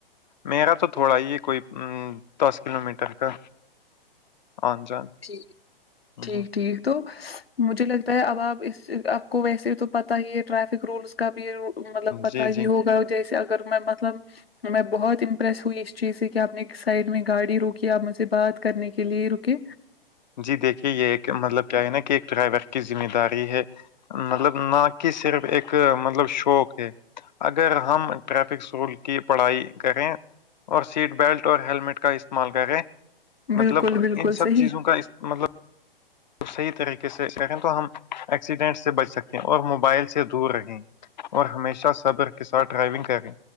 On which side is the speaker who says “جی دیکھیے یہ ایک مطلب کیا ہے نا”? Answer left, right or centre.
Left